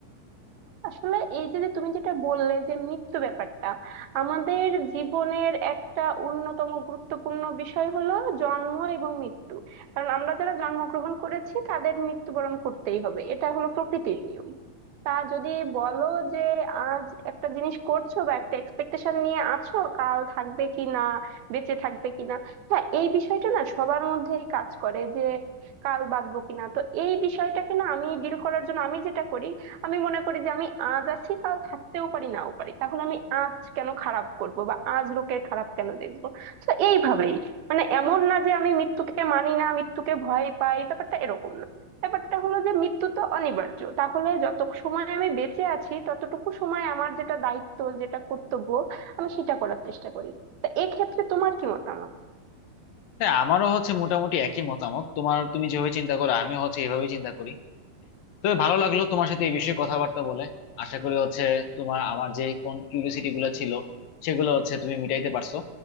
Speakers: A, on the right; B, on the left.
A: আসলে এই যে যে তুমি যেটা বললে যে মৃত্যু ব্যাপারটা আমাদের জীবনের একটা অন্যতম গুরুত্বপূর্ণ বিষয় হলো জন্ম এবং মৃত্যু কারণ আমরা যারা জন্মগ্রহণ করেছি তাদের মৃত্যুবরণ করতেই হবে এটা হলো প্রকৃতির নিয়ম তা যদি বলো যে আজ একটা জিনিস করছো বা একটা এক্সপেকটেশন নিয়ে আছো কাল থাকবে কি না বেঁচে থাকবে কি না হ্যাঁ এই বিষয়টা না সবার মধ্যেই কাজ করে যে কাল বাঁচবো কিনা তো এই বিষয়টাকে না আমি ডিল করার জন্য আমি যেটা করি আমি মনে করি যে আমি আজ আছি কাল থাকতেও পারি নাও পারি তাহলে আমি আজ কেন খারাপ করব বা আজ লোকের খারাপ কেন দেখবো তো এইভাবেই মানে এমন না যে আমি মৃত্যুকে মানি না মৃত্যুকে ভয় পাই ব্যাপারটা এরকম না ব্যাপারটা হলো যে মৃত্যু তো অনিবার্য তাহলে যত সময় আমি বেঁচে আছি ততটুকু সময় আমার যেটা দায়িত্ব যেটা কর্তব্য আমি সেটা করার চেষ্টা করি তা এক্ষেত্রে তোমার কি মতামত
B: হ্যাঁ আমারও হচ্ছে মোটামুটি একই মতামত তোমার তুমি যেভাবে চিন্তা করো আমি হচ্ছে এভাবেই চিন্তা করি তবে ভালো লাগলো তোমার সাথে এই বিষয়ে কথাবার্তা বলে আশা করি হচ্ছে তোমার আমার যে কোন কিউরিওসিটি গুলো ছিল সেগুলো হচ্ছে তুমি মিটাইতে পারছো